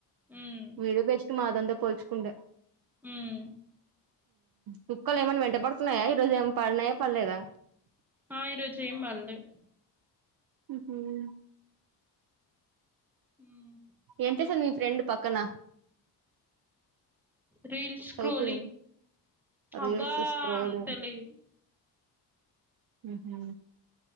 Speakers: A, in the centre; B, on the right.
A: ఉమ్
B: మీరు బెస్ట్ మాదంత పోల్చుకుండే
A: మ్మ్
B: కుక్కలు ఏమన్నా వెంట పడుతున్నాయా ఈ రోజు ఏమన్నా పడినాయా పళ్లేదా
A: ఆ ఈ రోజు ఏం పల్లె
B: హు హుమ్
A: ఉమ్
B: ఎంత సంది మీ ఫ్రెండ్ పక్కన
A: రీల్స్ స్క్రోలింగ్
B: చదువుతుంది రీల్స్
A: అబ్బా
B: స్క్రోల్
A: అంత లేదు
B: ఉహు